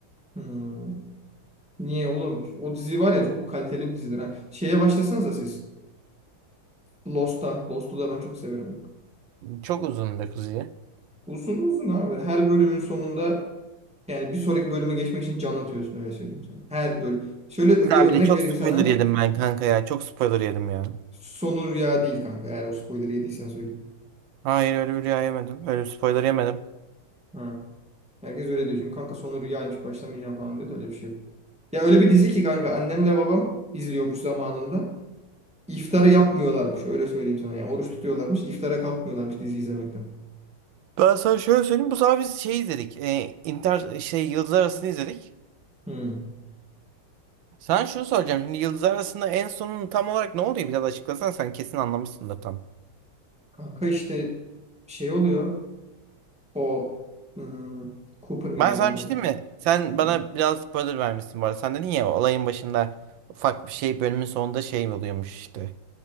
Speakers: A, in the centre; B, on the right.
A: Hmm, niye oğlum? O dizi var ya çok kaliteli bir dizidir ha. Şeye başlasanıza siz. Lost'a. Lost'u da ben çok severim bak.
B: Çok uzun bir kuzuyu.
A: Uzun uzun abi. Her bölümün sonunda yani bir sonraki bölüme geçmek için can atıyorsun öyle söyleyeyim sana. Her bölüm. Şöyle
B: Ya
A: bir örnek
B: bir de çok
A: vereyim
B: spoiler
A: sana.
B: yedim ben kanka ya. Çok spoiler yedim ya.
A: Sonu rüya değil kanka. Eğer o spoiler'ı yediysen söyleyeyim.
B: Hayır öyle bir rüya yemedim. Öyle bir spoiler yemedim.
A: Hı. Herkes öyle diyor. Çünkü kanka sonu rüyaymış başlamayacağım falan diyor da öyle bir şey yok. Ya öyle bir dizi ki kanka annemle babam izliyormuş zamanında. İftara yapmıyorlarmış öyle söyleyeyim sana. Yani oruç tutuyorlarmış iftara kalkmıyorlarmış dizi izlemekten.
B: Ben sana şöyle söyleyeyim. Bu sefer biz şey izledik. E, inter şey Yıldızlar Arası'nı izledik.
A: Hı.
B: Sen şunu soracağım. Şimdi yıldızlar arasında en sonun tam olarak ne oluyor? Biraz açıklasan sen kesin anlamışsındır tam.
A: Kanka işte şey oluyor o hmm, Cooper mıydı
B: Ben
A: adamın
B: sana bir şey
A: adı?
B: diyeyim mi? Sen bana
A: Hı.
B: biraz spoiler vermişsin bu arada. Sen dedin ya olayın başında ufak bir şey bölümün sonunda şey oluyormuş işte.